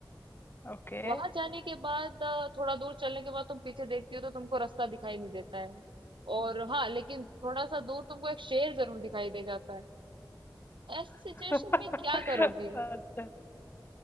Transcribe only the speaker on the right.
वहां जाने के बाद अ, थोड़ा दूर चलने के बाद तुम पीछे देखती हो तो तुमको रास्ता दिखाई नहीं देता है और हाँ लेकिन थोड़ा सा दूर तुमको एक शेर जरूर दिखाई दे जाता है ऐसी सिचुएशन
में क्या करोगी